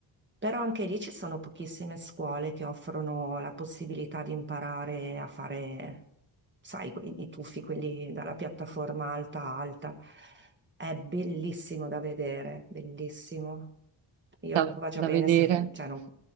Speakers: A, on the right; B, on the right.
A: però anche lì ci sono pochissime scuole che offrono la possibilità di imparare a fare, sai, que- i tuffi, quelli dalla piattaforma alta a alta. È bellissimo da vedere, bellissimo. Io
B: da,
A: va già
B: da
A: bene
B: vedere.
A: se, cioè, non,